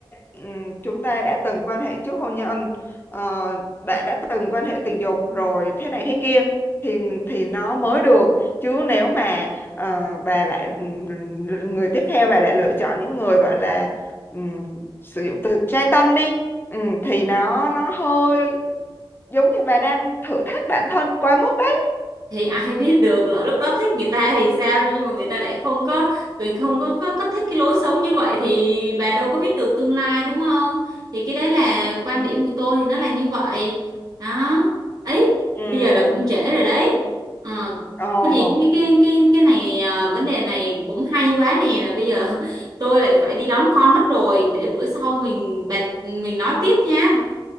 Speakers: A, on the left; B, on the right.
A: ừm, chúng ta đã từng quan hệ trước hôn nhân ờ, bạn đã từng quan hệ tình dục rồi thế này thế kia thì thì nó mới được chứ nếu mà ờ, bà lại ừm, người tiếp theo bà lại lựa chọn những người gọi là ừm, sử dụng từ trai tân đi ừm, thì nó nó hơi giống như bà đang thử thách bản thân quá mức đấy
B: thì ai biết được lỡ lúc đó thích người ta thì sao nhưng mà người ta lại không có mình không có, có có thích cái lối sống như vậy thì bà đâu có biết được tương lai đúng không thì cái đấy là quan điểm của tôi thì nó là như vậy đó ấy
A: Ừm.
B: bây giờ là cũng trễ rồi đấy ờ
A: Ồ
B: có gì cái cái cái cái này à, vấn đề này cũng hay quá nè mà bây giờ <laughs> tôi lại phải đi đón con mất rồi để bữa sau mình bàn mình nói tiếp nha